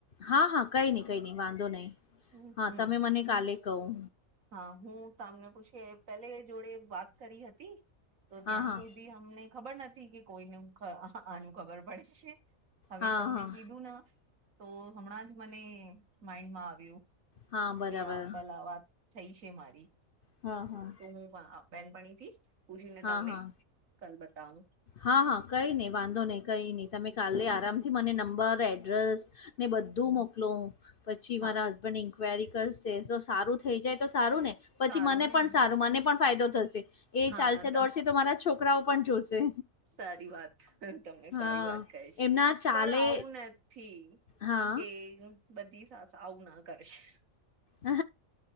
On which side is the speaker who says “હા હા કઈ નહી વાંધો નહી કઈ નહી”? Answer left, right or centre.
Left